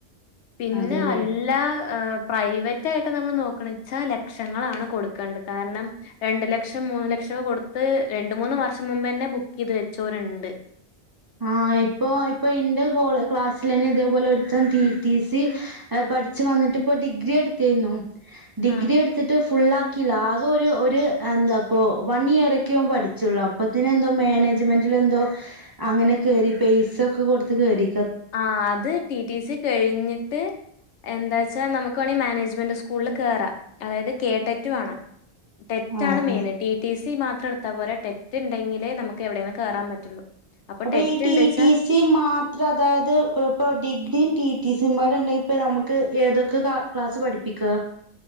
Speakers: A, on the left; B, on the right.
A: പിന്നെ
B: അതെല്ലേ
A: അല്ല ഹ പ്രൈവറ്റ് ആായിട്ട് നമ്മൾ നോക്കണ വെച്ചാൽ ലക്ഷങ്ങളാണ് കൊടുക്കേണ്ടത് കാരണം രണ്ട് ലക്ഷം മൂന്ന് ലക്ഷംൊക്കെ കൊടുത്ത് രണ്ട് മൂന്ന് വർഷം മുുമ്പ് തന്നെ ബുക്ക് ഇത് വെച്ചോരുണ്ട്
B: ആഹ് ഇപ്പൊ ഇപ്പൊ എന്റെ ക്ലാസ്സിൽ തന്നെ ഇത പലെ ഒരുത്തം ടി സി പഠിച്ചു വന്നിട്ട്പ്പോ ഡിഗ്രി എടുത്തിരുന്നു ഡിഗ്രി
A: ആഹ്
B: എടുത്തിട്ട് ഫുൾ ആാക്കി ലാസ് ഒരു ഒരു എന്താപ്പൊ വൺ ഇയർ ഒക്കെൻ പഠിച്ചുള്ളു അപ്പത്തിന എന്തോ മാനേജ്മെന്റൽ എന്തോ അങ്ങനെ കയറി പേസ ഒക്കെ കൊടുത്തത്ത് കേയറി
A: ആ അത് ടി ടി സി കഴിഞ്ഞിട്ട് എന്താച്ചാ നമുക്ക് ക്കണി മാനേജ്മെന്റ് സ്കൂളിൽ കേയറാം അതായത് കെ ടെറ്റ് വേണം ടെറ്റ
B: ആഹ്
A: ആണ് മെയിൻ
B: ആഹ്
A: ടി ടി സ സി മാത്രം എത്തൽ പോലെ ടെറ്റ് ഉണ്ടങ്കേ നമുക്ക്വിയെങ്കിലും കേറാൻ പറ്റുള്ളൂ
B: അപ്പൊ
A: ടെറ്റ്
B: ഈ ടിടി
A: ഉണ്ട് വെച്ചാ
B: സി മാത്ര അതായത് ഇപ്പൊ ഡിഗ്രിയും ടി ടി സപാട് ഉണ്ടെങ്കിൽ ഇപ്പ നമുക്ക് ഏതൊക്കെ ക്ലാസ് പഠിപ്പിക്കുക